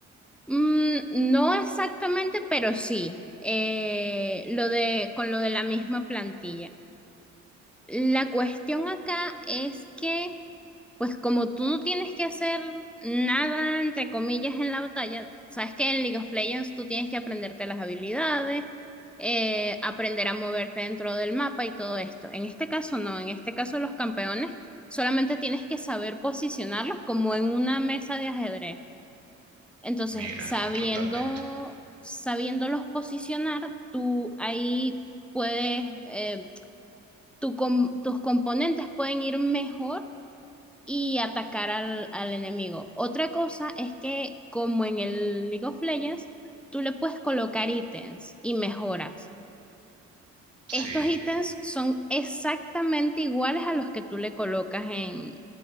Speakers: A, in the centre; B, on the right.
A: Mm, no exactamente, pero sí. eh, lo de con lo de la misma plantilla. La cuestión acá es que Pues como tú no tienes que hacer nada, entre comillas, en la batalla, sabes que en League of Legends tú tienes que aprenderte las habilidades, eh, aprender a moverte dentro del mapa y todo esto. En este caso no, en este caso los campeones solamente tienes que saber posicionarlos como en una mesa de ajedrez. Entonces,
B: Mira,
A: sabiendo,
B: totalmente.
A: sabiéndolos posicionar, tú ahí puedes, eh, tu com- tus componentes pueden ir mejor y atacar al, al enemigo. Otra cosa es que, como en el League of Legends, tú le puedes colocar ítems y mejoras.
B: Sí.
A: Estos ítems son exactamente iguales a los que tú le colocas en,